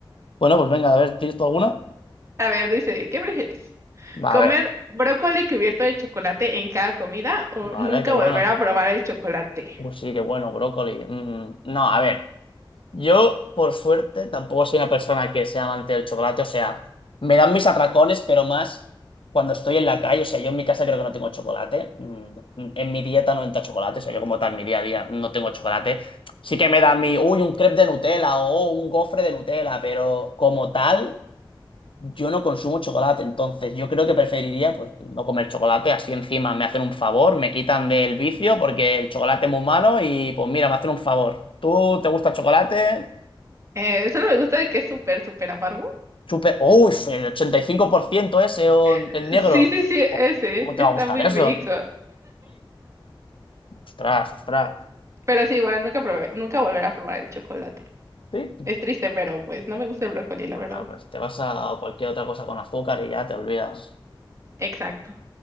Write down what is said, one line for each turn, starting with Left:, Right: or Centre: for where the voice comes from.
Left: Bueno, pues venga, a ver, ¿tienes tú alguna?
Right: A ver, dice, ¿qué prefieres?
Left: A
Right: ¿Comer
Left: ver.
Right: brócoli cubierto de chocolate en cada comida o
Left: Vale,
Right: nunca
Left: qué bueno.
Right: volver a probar el chocolate?
Left: Pues sí, qué bueno, brócoli. Mm, no, a ver. Yo, por suerte, tampoco soy una persona que sea amante del chocolate. O sea, me dan mis atracones, pero más cuando estoy en la calle. O sea, yo en mi casa creo que no tengo chocolate. Mm, mm, En mi dieta no entra chocolate. O sea, yo como tal, mi día a día no tengo chocolate. Sí que me da mi, uy, un crepe de Nutella o un gofre de Nutella, pero como tal, yo no consumo chocolate. Entonces, yo creo que preferiría, pues, no comer chocolate. Así encima me hacen un favor, me quitan del vicio porque el chocolate es muy malo y, pues, mira, me hacen un favor. ¿Tú te gusta el chocolate?
Right: Eh, solo me gusta de que es súper, súper amargo.
Left: Super, uy, el 85% ese o
Right: Eh,
Left: en negro.
Right: Sí, sí, sí,
Left: Oh,
Right: ese,
Left: ¿cómo te
Right: está
Left: va a gustar
Right: muy
Left: eso?
Right: rico,
Left: Ostras, ostras.
Right: pero sí, igual, nunca probé, nunca volver a probar el chocolate.
Left: Sí.
Right: Es triste, pero pues no me gusta el brócoli, la
Left: Bueno,
Right: verdad.
Left: pues te vas a cualquier otra cosa con azúcar y ya te olvidas.
Right: Exacto.